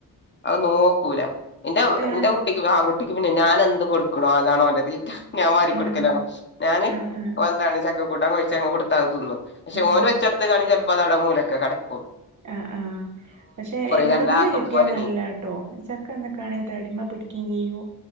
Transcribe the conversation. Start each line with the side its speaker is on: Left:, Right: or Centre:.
Left: അത് നോക്കൂല എന്റെ എന്റെ
Right: ആഹ്
Left: കുട്ടിക്ക് പിന്നെ ഞാൻ എന്ത് കൊടുക്കണോ അതാണോ ൻ്റെ തീറ്റ ഞാൻ വാരിക്കൊടുക്കലാണ്
Right: ആഹ് ആഹ്
Left: ഞാന്
Right: ആഹ് ആഹ്
Left: എന്താണ് ചക്ക കൂട്ടാൻ കൊഴച്ചങ്ങ് കൊടുത്താ അത് പക്ഷെ ഓന്
Right: ആഹ്
Left: വെച്ചടുത്തകാണെ ചിലപ്പോ അതവിടെ മൂലൊക്കെ കിടക്കും
Right: ആഹ് ആഹ് പക്ഷെ
Left: കണ്ടാ
Right: തിന്ന്
Left: ആക്കം
Right: കിട്ടിയാ
Left: പോലെ
Right: നല്ലാട്ടോ
Left: നീ
Right: ചക്കന്നൊക്കാണെ ത അടിമ പിടിക്കുകയും ചെയ്യൂ